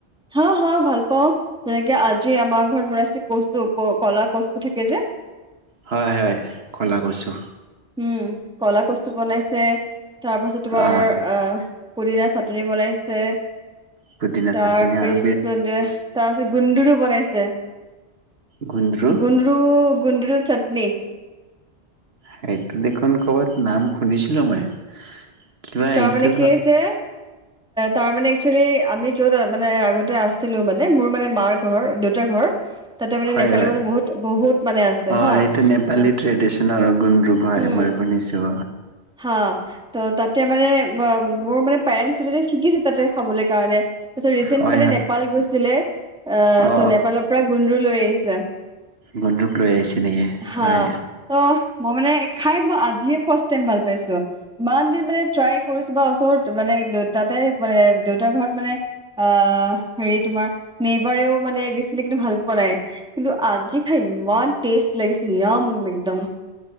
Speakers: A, in the centre; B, on the right (about 65°).
A: হা হা ভাল পাওঁ যেনেকে আজি আমাৰ ঘৰত বনাইছে কচু ক কলা কচু থাকে যে
B: হয় হয় ক'লা কছোঁ।
A: উম, ক'লা কস্তু বনাইছে তাৰ পাছত তোমাৰ
B: অ
A: আহ পুদিনা চাটনি বনাইছে
B: পুদিনা
A: তাৰ
B: চাটনি
A: পিছত
B: আৰু
A: তাৰপিছত গুন্দুৰো বনাইছে
B: গুন্দৰু
A: গুন্দৰো গুন্দৰ চাটনি।
B: সেইটো দেখোন কৰ'ৰবাত নাম শুনিছিলো মই। কিবা
A: তাৰমানে
B: এইটো
A: কি হৈছে তাৰ মমানে একচেলি আমি য'ত মানে আগতে আছিলো মানে মোৰ মানে মাৰ ঘৰ দেউতা ঘৰ তাতে মানে
B: হয়
A: নেপালী
B: হয়
A: মানুহ বহুত বহুত মানে আছে
B: অ
A: হা
B: এইটো নেপালী
A: ত'
B: ট্ৰেডিচনৰ গুন্দৰুক হয়
A: উম
B: মই শুনিছোঁ।
A: হা ত' তাতে মানে মোৰ মানে পেৰেন্টছ শিকিছে তাতে খাবলৈ কাৰণে তাৰপিছত ৰিচেন্ট
B: হয়
A: মানে
B: হয়
A: নেপাল গৈছিলে আহ
B: অ
A: ত' নেপালৰ পৰা গুন্দ্ৰৰু লৈ আহিছে।
B: গন্দুক লৈ আহিছে নেকি
A: হা
B: হয়।
A: ত মই মানে খাই আজি হে ফাৰ্ষ্ট টাইম ভাল পাইছোঁ ইমান দিন ট্ৰী কৰিছো বা ওচৰত মানে তাতে মানে দেউতাৰ ঘৰত মানে আহ হেৰি তোমাৰ নেইবাৰেও মানেচি কিন্তু ভাল পোৱা নাই। কিন্তু আজি খাই ইমান টেষ্ট লাগিছিল ইম একদম।